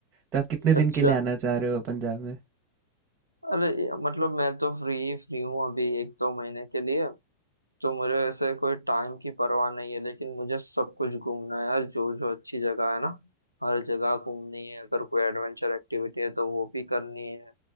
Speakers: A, on the right; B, on the right.
A: तो आप कितने दिन
B: अच्छा
A: के लिए आना चाह रहे हो पंजाब में
B: अरे ये- मतलब मैं तो फ्री फ्री हूँ अभी एक दो महीने के लिए तो मुझे ऐसे कोई टाइम की परवाह नहीं है लेकिन मुझे सब कुछ घूमना है यार जो जो अच्छी जगह है ना हर जगह घूमनी है अगर कोई एडवेंचर एक्टिविटी है तो वो भी करनी है